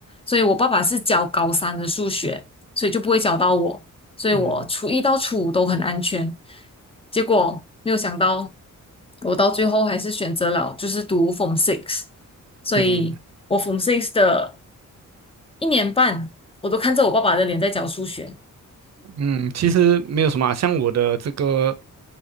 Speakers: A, on the left; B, on the right.
A: 所以我爸爸是教高三的数学，所以就不会教到我，所以我初一到初五都很安全。
B: 嗯
A: 结果没有想到，我到最后还是选择了就是读 Form Six，所以我
B: 嗯嗯，
A: Form Six 的。一年半，我都看着我爸爸的脸在教数学。
B: 嗯其实没有什么啊像我的这个